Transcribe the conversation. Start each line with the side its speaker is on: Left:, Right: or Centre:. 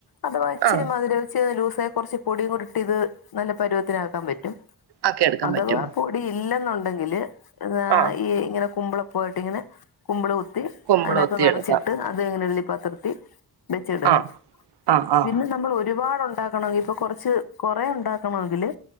Left: അത് വച്ചിും
Right: ആഹ്
Left: മധുരവിൂ കുറച്ച് പൊടിയ കുറിട്ട് ഇത് നല്ല പരുവത്തിനാക്കാൻ പറ്റും
Right: ആക്കി എടുക്കാൻ
Left: അഥവാ
Right: പറ്റും
Left: പൊടി ഇല്ലെന്നുണ്ട് ഉണ്ടെങ്കില്ിൽ എാ
Right: ആഹ്
Left: ഈ ഇങ്ങനെ കുമ്പള പോയിട്ട് ഇങ്ങനെ കുമ്പളൾ
Right: കുമ്പിള്
Left: അതിനകത്ത്
Right: കുത്തി
Left: നിറച്ചിട്ട്
Right: എടുക്കാം
Left: അത്ങ്ങനെ ഉള്ള പത്തിർത്തി വെച്ചിടുക
Right: ആഹ് ആഹ് ആഹ്
Left: പിന്നെ നമ്മൾ ഒരു ഒരുപാട് ഉണ്ടാക്കണമെങ്കിൽ ഇപ്പൊ കൊറച്ച് കൊറെ ഉണ്ടാക്കണമെങ്കില്